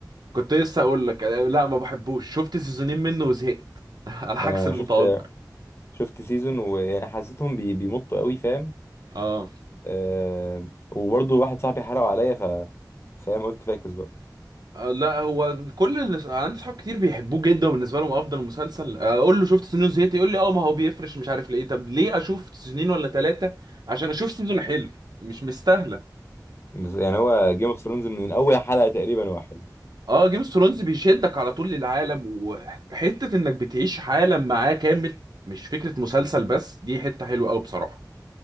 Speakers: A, on the right; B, on the left.
A: كنت لسه اقول لك آه، لا ما بحبوش شفت سيزونين منه وزهقت <laughs> على عكس
B: انا
A: المتوقع
B: شفت شفت سيزون ويعني حسيتهم بي بيمطوا قوي فاهم
A: اه
B: أه وبرضو واحد صاحبي حرقه عليا ف فاهم قلت فاكس بقى
A: آه، لا هو كل الناس أنا عندي صحاب كتير بيحبوه جدا وبالنسبه لهم افضل مسلسل آه، اقول له شفت سنين زهقت يقول لي اه ما هو بيفرش مش عارف ليه طب ليه اشوف سنين ولا ثلاثه عشان اشوف سيزون حلو مش مستاهله
B: بس يعني هو جيم اوف ثرونز من اول حلقة تقريبا هو حلو
A: اه جيم اوف ثرونز بيشدك على طول للعالم وحته انك بتعيش عالم معاه كامل مش فكره مسلسل بس دي حته حلوه قوي بصراحه